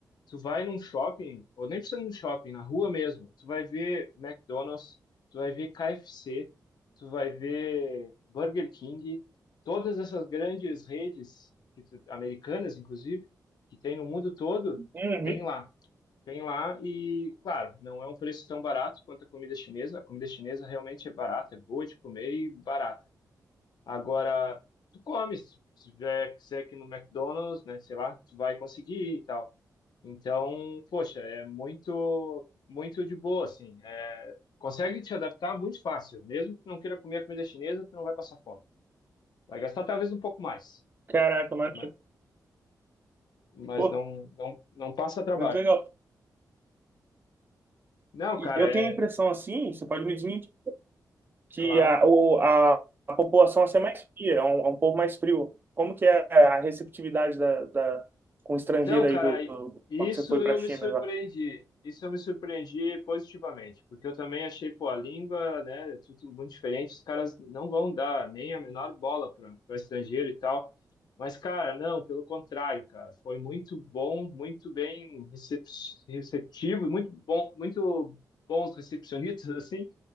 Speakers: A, on the left; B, on the right.
A: tu vai num shopping, ou nem precisa ir num shopping, na rua mesmo, tu vai ver McDonald's, tu vai ver KFC, tu vai ver Burger King, todas essas grandes redes, que tu- americanas, inclusive, que tem no mundo todo,
B: Uhum.
A: tem lá. Tem lá, e, claro, não é um preço tão barato quanto a comida chinesa. A comida chinesa realmente é barata, é boa de comer e barata. Agora, tu come, se se tiver que ser aqui no McDonald's, né, sei lá, tu vai conseguir e tal. Então, poxa, é muito, muito de boa, assim. É, consegue te adaptar muito fácil. Mesmo que não queira comer a comida chinesa, tu não vai passar fome. Vai gastar talvez um pouco mais,
B: Caraca, mano,
A: né? Mas
B: pô,
A: não, não, não passa trabalho.
B: muito legal.
A: Não,
B: E
A: cara,
B: eu
A: é
B: tenho a impressão assim, você pode me dizer, que
A: claro.
B: a, o, a, a população assim, é mais fria, é um, é um povo mais frio. Como que é a receptividade da, da, com o estrangeiro
A: Então, cara,
B: aí do, do-
A: isso
B: quando você foi pra
A: eu
B: China?
A: me surpreendi.
B: Lá?
A: Isso eu me surpreendi positivamente, porque eu também achei, pô, a língua, né, é tudo muito diferente, os caras não vão dar nem a menor bola para estrangeiro e tal. Mas, cara, não, pelo contrário, cara, foi muito bom, muito bem recep- receptivo, muito bom, muito bons recepcionistas, <laughs> assim.